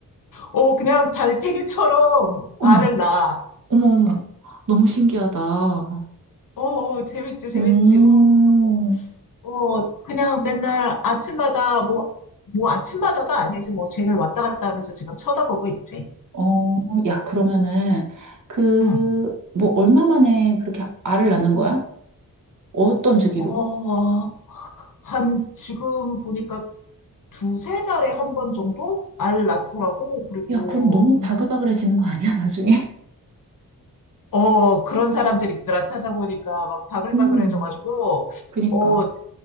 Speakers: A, on the left (about 65°); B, on the right (about 60°).
A: 어, 그냥 달팽이처럼
B: 어머.
A: 알을 낳아.
B: 어머, 어머. 너무 신기하다.
A: 어, 어, 재밌지, 재밌지.
B: 오,
A: 음, 그래가지고, 어, 그냥 맨날 아침마다 뭐, 뭐 아침마다도 아니지. 뭐 쟤를 왔다 갔다 하면서 지금 쳐다보고 있지.
B: 어, 야, 그러면은, 그,
A: 응.
B: 뭐, 얼마 만에 그렇게 알을 낳는 거야? 어떤 주기로?
A: 어, 한 지금 보니까 두세 달에 한 번 정도 알 낳더라고. 그리고
B: 야, 그럼 너무
A: 음,
B: 바글바글해지는 거 아니야, 나중에?
A: 어 그런 사람들 있더라. 찾아보니까 막 바글바글해져가지고
B: <laughs> 음, 그니까.
A: 어